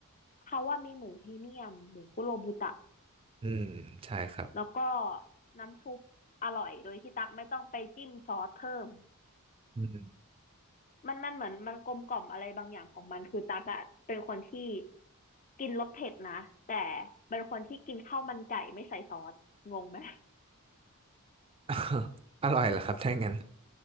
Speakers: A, on the left; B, on the right.
A: เขาว่ามีหมูพรีเมียมหมูคุโรบุตะ
B: อืมใช่ครับ
A: แล้วก็น้ำซุปอร่อยโดยที่ตักไม่ต้องไปจิ้มซอสเพิ่ม
B: อืม
A: มันมันเหมือนมันกลมกล่อมอะไรบางอย่างของมันคือตักอะเป็นคนที่กินรสเผ็ดนะแต่เป็นคนที่กินข้าวมันไก่ไม่ใส่ซอสงงไหม
B: <laughs> อร่อยเหรอครับถ้างั้น